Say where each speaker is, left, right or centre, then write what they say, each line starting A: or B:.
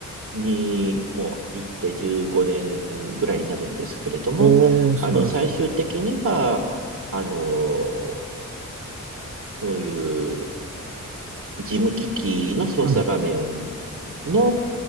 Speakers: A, on the right; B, on the right.
A: にも行って15年ぐらいになるんですけれども、
B: おお、素晴らしい。
A: あの、最終的には、あの、そういう事務機器の操作画面
B: うん、
A: の、